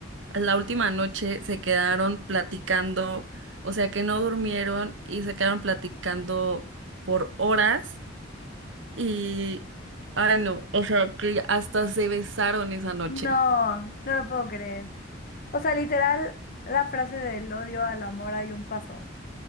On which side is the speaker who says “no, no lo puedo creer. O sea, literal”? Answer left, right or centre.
Left